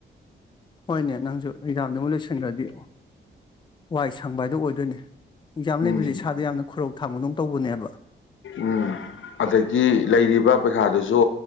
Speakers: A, on the left (about 25°); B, on the left (about 70°).
A: ꯍꯣꯏꯅꯦ ꯅꯪꯁꯨ ꯑꯦꯛꯖꯥꯝꯗꯨ ꯑꯃ ꯂꯣꯏꯁꯟꯈ꯭ꯔꯗꯤ ꯋꯥꯏ ꯁꯪꯕ ꯍꯥꯏꯗꯣ ꯑꯣꯏꯗꯣꯏꯅꯦ ꯑꯦꯛꯖꯥꯝ
B: ꯎꯝ
A: ꯂꯩꯕꯁꯦ ꯏꯁꯥꯗ ꯌꯥꯝꯅ ꯈꯨꯔꯧ ꯊꯥꯡꯕꯗꯧ ꯇꯧꯕꯅꯦꯕ
B: ꯎꯝ ꯑꯗꯒꯤ ꯂꯩꯔꯤꯕ ꯄꯩꯈꯥꯗꯨꯁꯨ